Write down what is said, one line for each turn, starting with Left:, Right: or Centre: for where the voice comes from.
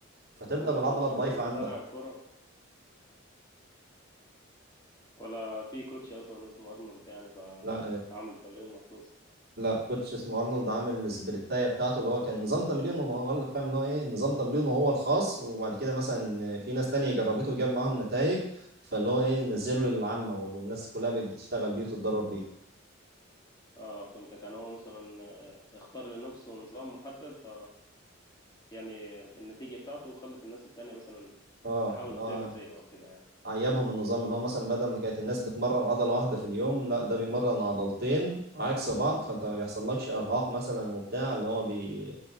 Right: فتبدا
Left: طب هو
Right: بالعضله
Left: مش
Right: الضعيفه
Left: ارنولد
Right: عندك
Left: ده لاعب كوره ولا في كوتش اصلا اسمه ارنولد يعني فعامل
Right: لا
Left: تمرين مخصوص
Right: لا كوتش اسمه ارنولد عامل السبليتايه بتاعته اللي هو كان نظام تمرينه ما هو قال لك فاهم اللي هو ايه نظام تمرينه هو الخاص وبعد كده مثلا في ناس تانية جربته وجاب معاهم نتائج فاللي هو ايه نزله للعامه والناس كلها بقت بتشتغل بيه وتتدرب بيه
Left: اه فهمتك يعني هو مثلا آه، اختار لنفسه نظام محدد ف يعني النتيجه بتاعته خلت الناس التانية مثلا
Right: اه
Left: تحاول
Right: اللي هو
Left: تعمل زيه او كده يعني
Right: عيبهم النظام اللي هو مثلا بدل ما كانت الناس بتمرن عضله واحده في اليوم لا ده بيمرن عضلتين عكس بعض فانت ما بيحصلكش ارهاق مثلا وبتاع اللي هو بي...